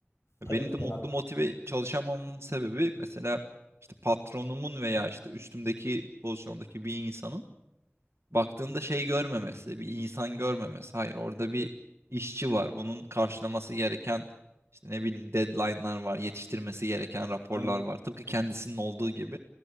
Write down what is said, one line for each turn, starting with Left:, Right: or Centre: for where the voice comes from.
Right: Benim
Left: Tabii ki
Right: de mutlu
Left: abi.
Right: motive çalışamamın sebebi mesela işte patronumun veya işte üstümdeki pozisyondaki bir insanın baktığında şey görmemesi, bir insan görmemesi. Hayır, orada bir işçi var. Bunun karşılaması gereken işte ne bileyim deadline'lar var, yetiştirmesi gereken raporlar
Left: Hı
Right: var. Tıpkı kendisinin olduğu gibi.